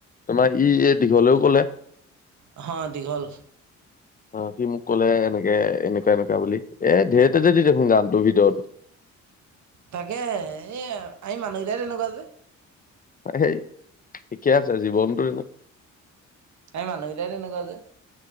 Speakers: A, on the left; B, on the right.
A: তোমাৰ। ই দীঘলেও কলে।
B: অ দীঘল
A: অ সি মোক কলে এনেকে এনেকুৱা এনেকুৱা বুলি, এ ধঢেৰতে যেদি দেখোন গানটোৰ ভিতৰত।
B: তাকে, এ আমি মানুহকিতাই তেনেকুৱা যে।
A: সেই ঠিকে আছে জীৱনটো?
B: আমি মনুহকিতাই তেনেকুৱা যে।